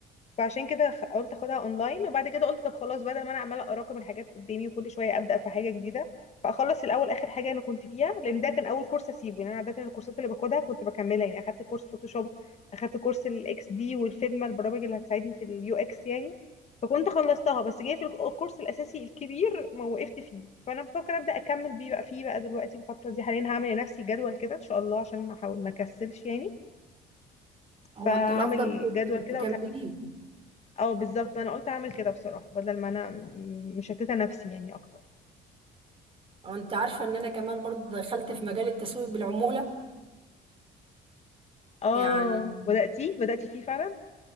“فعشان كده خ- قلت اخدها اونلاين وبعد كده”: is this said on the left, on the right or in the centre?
Left